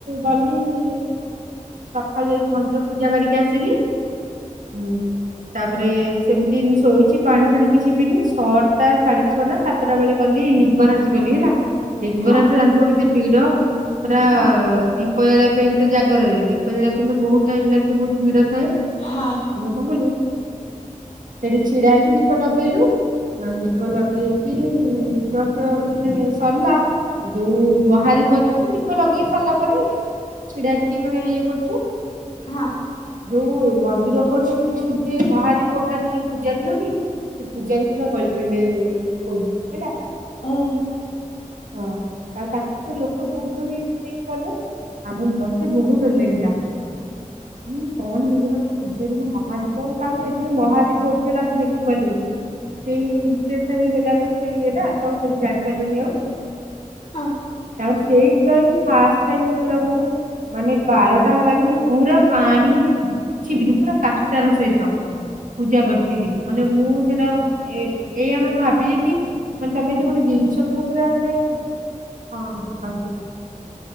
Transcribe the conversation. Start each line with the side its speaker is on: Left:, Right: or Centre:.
Right: ଗଲି ମାନେ ସକାଳୁ ଯାଇକି ମନ୍ଦିର ପୂଜା କରିକି ଆସିଲି ହୁଁ। ତାପରେ ସେମିତି ଶୋଇଛି ପାଣି ଫାଣି କିଛି ପିଇନି ଛ ଟା ଶାଢେ ଛ ନା ସାତଟା ବେଳେ ଗଲି ଲିଙ୍ଗରାଜି ଗଲି ହେଲା। ଲିଙ୍ଗରାଜ
Left: ହଁ
Right: ଜାଣିଥିବ କେତେ ଭିଡ ପୁରା
Left: ହଁ ହଁ
Right: ଦୀପ ଜାଳିିବା ପାଇଁ ତ ଜାଗରରେ ଦୀପ ଜାଳିିବା ପାଇଁ ତ ବହୁତ ଟାଇମ ଲାଗେ ବହୁତ ଭିଡ ଥାଏ।
Left: ହଁ।
Right: ଧୁପ ଖୋଲିଲୁ ସେଠି ଛିଡା ହେଇଛୁ ଦୀପ ଲଗେଇଲୁ।। ଦୀପ ଲଗେଇକି ଜଷ୍ଟ ମାନେ ସରିଲା ଯୋଉ ମହାଦୀପ ମାନେ ଦୀପ ଲଗେଇକି ସରିଲା ପରେ। ଛିଡାକି ମାନେ ଇଏ କରୁଛୁ।
Left: ହଁ
Right: ଯୋଉ ମନ୍ଦିର ଉପରେରୁ କି ଯୋଉ ସେ ମହାଦୀପ ଉଠାନ୍ତିି ଯୋଉ ପୂଜାଦିନ କି? ସେ ପୂଜାବୀପ ଟା ଗଳିପଇଲେ ଉପରୁ ହେଲା
Left: ଉଁ।
Right: ହଁ ଆଉ। ତାଙ୍କୁ ପୁରା ଲୋକ ଦୋଡି ଦୋଡି ଏମିତି ନେଇକି ଗଲେ ଆମେ ମତେ ବହୁତ ଡର୍ ଲାଗିଲା। ହୁଁ କଣ ହେଇଗଲା ବୋଲି ପଚାରି କ କାରଣ ଯେତେବେଳେ ମହାଦୀପ ଉଠି ଆମେ ଦେଖିପାରିଲୁନି। ସେଇ <unintelligible> ହେଲାନା ସେ ଇଏଟା ତ ସେଠି ଜାଣିପାରିଲୁନି ଆଉ।
Left: ହଁ।
Right: ତାପରେ ସେଇ ଦିନ ହିଁ ଫାଷ୍ଟ ଟାଇମ୍ ପୁର ମୁଁ ମାନେ ବାରଟା ହେଲାଣି ମୁଁ ପୁରା ପାଣି କିଛିବି ନୁଁହଁ ପୁରା କାଷ୍ଟାର ସହିତ ପୂଜା କରିଥିଲି ମାନେ ମୁଁ ସେଇଟା ଏ ଏଇଆ ମାନେ ଭାବିଛି କି ମାନ ତମେ ଯଦି ଗୋଟେ ଜିିନିଷକୁ ପୁରା ମାନେ ହଁ କହି ବି